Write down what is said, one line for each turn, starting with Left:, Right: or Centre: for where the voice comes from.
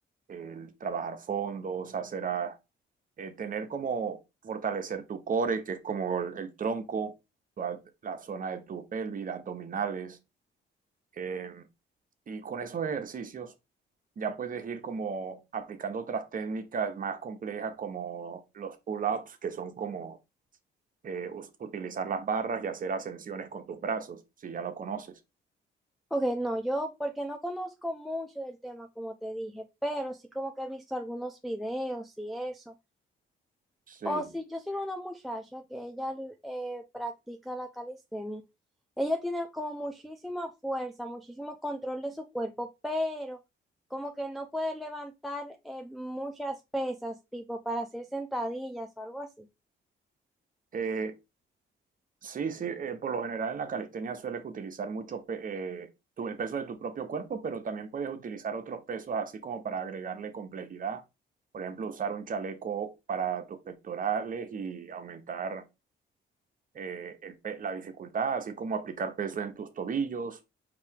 Right: el trabajar fondos, hacer a, eh, tener como fortalecer tu core, que es como el, el tronco, la, la, zona de tu pelvis, abdominales. Eh, y con esos ejercicios ya puedes ir como aplicando otras técnicas más complejas como los pull-ups, que son como eh, us- utilizar las barras y hacer ascensiones con tus brazos, si ya lo conoces.
Centre: Ok, no, yo porque no conozco mucho del tema, como te dije, pero sí como que he visto algunos videos y eso.
Right: Sí,
Centre: O si yo sigo una muchacha que ella eh, practica la calistenia, ella tiene como muchísima fuerza, muchísimo control de su cuerpo, pero como que no puede levantar eh, muchas pesas, tipo para hacer sentadillas o algo así.
Right: Eh, sí, sí, eh, por lo general en la calistenia sueles utilizar mucho pe- eh, tu- el peso de tu propio cuerpo, pero también puedes utilizar otros pesos así como para agregarle complejidad. Por ejemplo, usar un chaleco para tus pectorales y aumentar eh, el pe- la dificultad, así como aplicar peso en tus tobillos